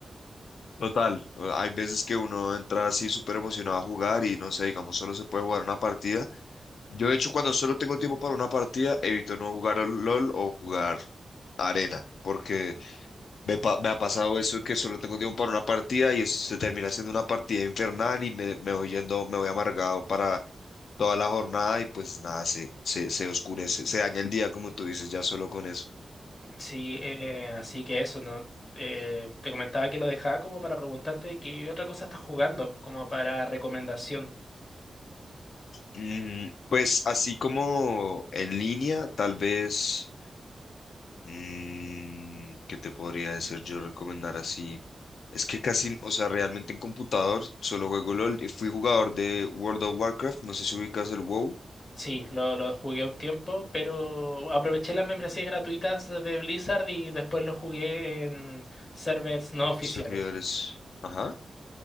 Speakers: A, on the left (about 80°); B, on the left (about 30°).
A: Total, eh, hay veces que uno entra así súper emocionado a jugar y no sé, digamos, solo se puede jugar una partida. Yo, de hecho, cuando solo tengo tiempo para una partida, evito no jugar al LOL o jugar arena, porque me, pa- me ha pasado eso que solo tengo tiempo para una partida y eso se termina siendo una partida infernal y me, me voy yendo, me voy amargado para toda la jornada y pues nada, se, se, se oscurece, se daña el día, como tú dices, ya solo con eso.
B: Sí, eh, así que eso, ¿no? Eh, te comentaba que lo dejaba como para preguntarte qué otra cosa estás jugando, como para recomendación.
A: Mm, pues así como en línea, tal vez. Mm, ¿qué te podría decir yo recomendar así? Es que casi, o sea, realmente en computador solo juego LOL. y Fui jugador de World of Warcraft, no sé si ubicas el WoW.
B: Sí, lo, lo jugué un tiempo, pero aproveché las membresías gratuitas de Blizzard y después lo jugué en servers no oficiales.
A: Servidores. Ajá.